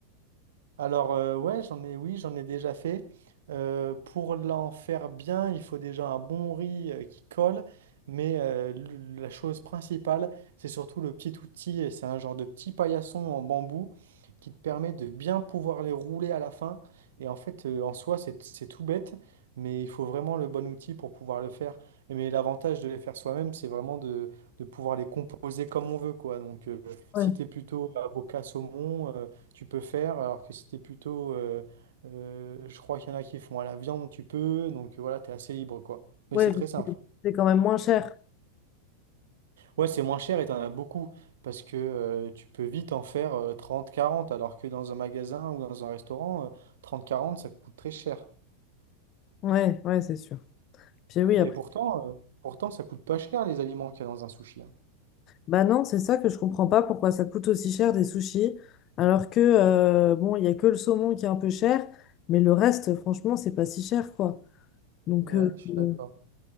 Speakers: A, on the right (about 60°); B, on the left (about 35°).
A: Alors euh, ouais, j'en ai, oui, j'en ai déjà fait. Euh, pour l'en faire bien, il faut déjà un bon riz euh, qui colle, mais euh, le- la chose principale, c'est surtout le petit outil, et c'est un genre de petit paillasson en bambou qui te permet de bien pouvoir les rouler à la fin. Et en fait, euh, en soi, c'est c'est tout bête, mais il faut vraiment le bon outil pour pouvoir le faire. Et mais l'avantage de les faire soi-même, c'est vraiment de, de pouvoir les composer comme on veut, quoi. Donc, euh,
B: Ouais,
A: si t'es plutôt avocat saumon, euh, tu peux faire, alors que si t'es plutôt, euh, euh, je crois qu'il y en a qui font à la viande, tu peux, donc euh, voilà, t'es assez libre, quoi. Mais
B: ouais,
A: c'est très
B: parce
A: simple.
B: que c'est quand même moins cher.
A: Ouais, c'est moins cher et t'en as beaucoup, parce que euh, tu peux vite en faire euh, 30, 40, alors que dans un magasin ou dans un restaurant, euh, 30, 40, ça coûte très cher.
B: Ouais, ouais, c'est sûr. Puis oui,
A: Mais
B: après.
A: pourtant, euh, pourtant, ça coûte pas cher les aliments qu'il y a dans un sushi. hein.
B: Bah non, c'est ça que je comprends pas pourquoi ça coûte aussi cher des sushis, alors que euh, bon, il y a que le saumon qui est un peu cher, mais le reste, franchement, c'est pas si cher, quoi. Donc
A: Ouais,
B: euh,
A: je
B: bon,
A: suis d'accord.